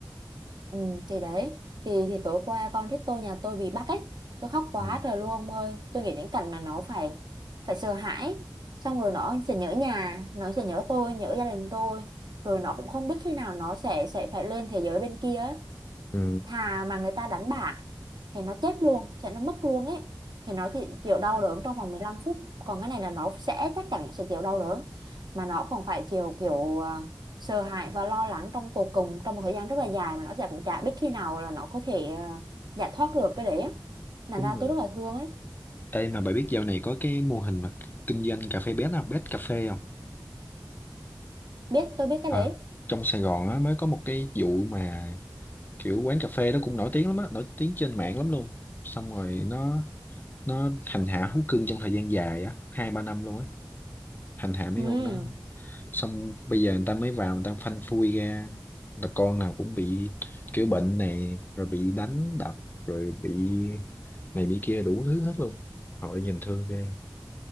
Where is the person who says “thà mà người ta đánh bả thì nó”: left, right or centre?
Right